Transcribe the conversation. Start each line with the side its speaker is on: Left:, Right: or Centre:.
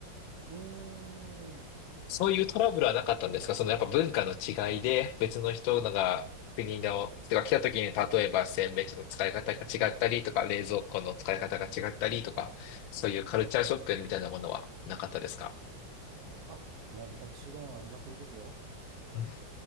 Right: うーん。
Left: そういうトラブルはなかったんですかそのやっぱ文化の違いで別の人のが、
Right: なんか、
Left: 国の人が来た時に例えば洗面所の使い方が違ったりとか、冷蔵庫の使い方が違ったりとか、そういうカルチャーショックみたいなものはなかったですか
Right: あ、もうもちろんありまくりですよ。
Left: う